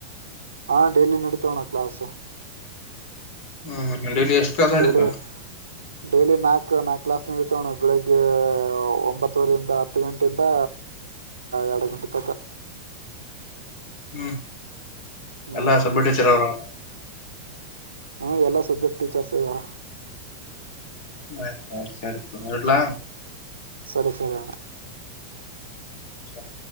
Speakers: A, on the right (about 85°); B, on the left (about 50°).
A: ಹಾ ಡೈಲಿ ನಡೀತಾವಣ್ಣ ಕ್ಲಾಸ್.
B: ಹ್ಮ್ <inaudible> ಎಷ್ಟು ಕ್ಲಾಸ್ ನಡೆಯುತ್ತವೆ.
A: ಡೈಲಿ ಡೈಲಿ ನಾಕಕ್ ನಾಲ್ಕಕ್ ಕ್ಲಾಸ್ ನಡತವಣ್ಣ ಬೆಳಿಗ್ಗೆ. ಒಂಬತ್ತೂರಿಂದ ಹತ್ತು ಗಂಟೆಯಿಂದ ಎರಡು ಗಂಟೆ ತಕ.
B: ಹ್ಮ್
A: ಹ್ಮ್
B: ಎಲ್ಲಾ ಸಬ್ಬ. <unintelligible>
A: ಹ್ಮ ಎಲ್ಲಾ ಸಬ್ಜೆಕ್ಟ್ ಟೀಚರ್ಸ್ ಇದ್ದಾರ.
B: <unintelligible> ಇಡ್ಲ.
A: ಸರಿ ಸರಿಯಣ.
B: ಸರಿ.